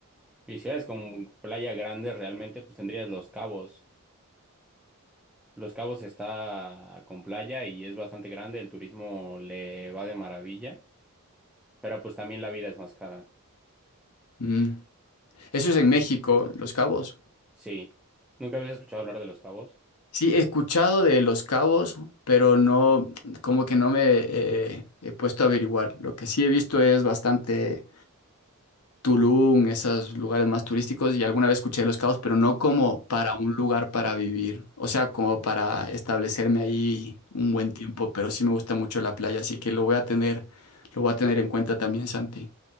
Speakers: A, in the centre; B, on the left (about 75°).
A: Y si eres con playa grande, realmente pues tendrías Los Cabos. Los Cabos está con playa y es bastante grande, el turismo le va de maravilla, pero pues también la vida es más cara.
B: mm, eso es en México, Los Cabos.
A: Sí. ¿Nunca habías escuchado hablar de Los Cabos?
B: Sí, he escuchado de Los Cabos, pero no, como que no me eh, he puesto a averiguar. Lo que sí he visto es bastante Tulum, esos lugares más turísticos, y alguna vez escuché de Los Cabos, pero no como para un lugar para vivir, o sea, como para establecerme ahí un buen tiempo, pero sí me gusta mucho la playa, así que lo voy a tener, lo voy a tener en cuenta también, Santi.